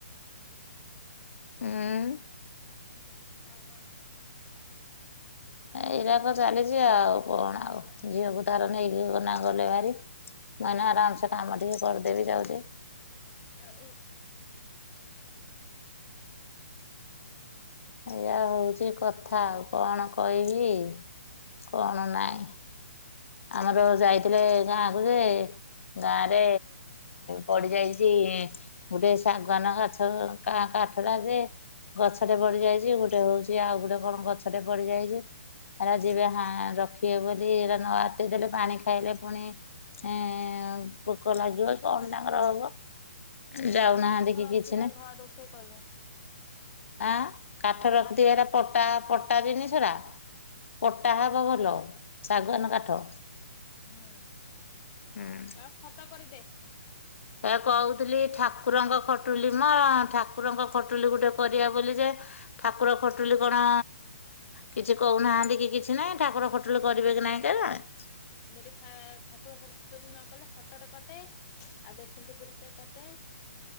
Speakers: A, on the left; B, on the left.
A: ହୁଁ।
B: ଆଉ କଣ କହ?
A: ଏଇଟାତ ଚାଲିଛି ଆଉ କଣ ଆଉ ଝିଅକୁ ତାର ନେଇକି ନା ଗଲେ ଭାରି। ମୁଁ ଏଇଁନା ଆରାମସେ କାମ ଟିକେ କରିଦେବି ଯାଉଛି।
B: ଆଉ
A: ଏଇଆ ହଉଛି କଥା ଆଉ କଣ କହିବି। କଣ ନାଇଁ ଆମର ଯାଇଥିଲେ ଗାଁ କୁ ଯେ ଗାଁରେ ପଡ଼ିଯାଇଛି। ଗୋଟେ ଶାଗୁଆନ ଗଛର କା କାଠଟା ଯେ ଗଛଟେ ବଡି ପ ଯାଇଛି ଗୋଟେ ହଉଛି ଆଉ ଗୋଟେ କଣ ଗଛଟେ ପଡିଯାଇଛି। ଏରା ଯିବେ ହା ରଖିବେ ବୋଲି ଏ ନ ଆତେଇ ଦେଲେ ପାଣି ଖାଇଲେ ପୁଣି ଏଁ ପୋକ ଲାଗିବ କଣ ତାଙ୍କର ହବ। ଯାଉନାହାନ୍ତି
B: କାଠ
A: କି
B: ରଖି
A: କିଛି
B: ତା
A: ନାହିଁ।
B: ଘ ରୋଷେଇ କରିବୁ
A: ଆଁ କାଠ ରଖିଥିବେନା?
B: ତା
A: ପଟା ପଟା ଜିନିଷ ଟା ପଟା ହବ ଭଲ ଶାଗୁଆନ କାଠ।
B: ହୁଁ
A: ହୁଁ
B: ଆଉ ଖଟ କରିଦେ।
A: ଏ କହୁଥିଲି ଠାକୁରଙ୍କ ଖଟୁଲି ମୋ ଠାକୁରଙ୍କ ଖଟୁଲି ଗୋଟେ କରିବା ବୋଲି ଯେ ଠାକୁର ଖଟୁଲି କଣ କିଛି କହୁନାହାନ୍ତି କି କିଛି ନାହିଁ ଠାକୁର ଖଟୁଲି କରିବେ କି ନାଇଁ କିଏ ଜାଣେ?
B: ଯଦି ଖାଏ ଠାକୁର ଖଟୁଲି ନ କଲେ ଖଟ ଟେ କରିଦେ ଆଉ ଡେସିଙ୍ଗ ଟେବୁଲ୍ ଟେ କରିଦେ।